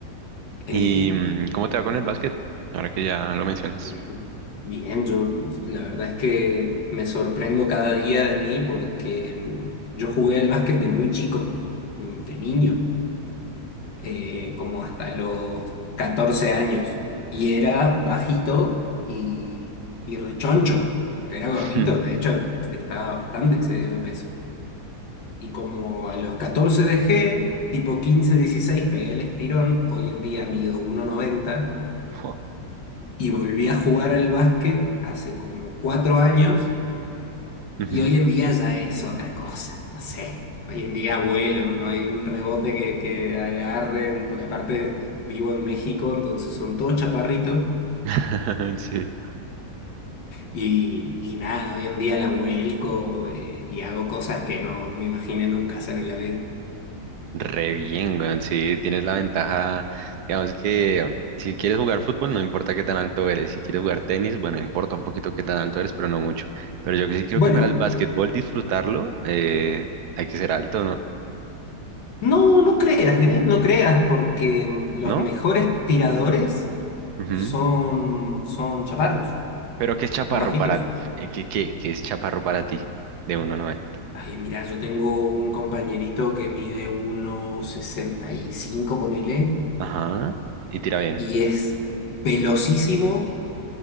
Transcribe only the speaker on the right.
¿Y mm, cómo te va con el básquet? Ahora que ya lo mencionas.
Ujú.
<laughs>
Jo.
Ujú.
<laughs> Sí,
re bien, weón. Sí, tienes la ventaja. Digamos que mm, si quieres jugar fútbol, no importa qué tan alto eres. Si quieres jugar tenis, bueno, importa un poquito qué tan alto eres, pero no mucho. Pero yo que sí creo
que para el básquetbol disfrutarlo, eh, hay que ser alto, ¿no?
¿No?
Ujú.
Pero ¿qué es chaparro
para ti? Eh, ¿Qué, qué, qué es chaparro para ti? De uno noventa
Ajá. Y tira bien.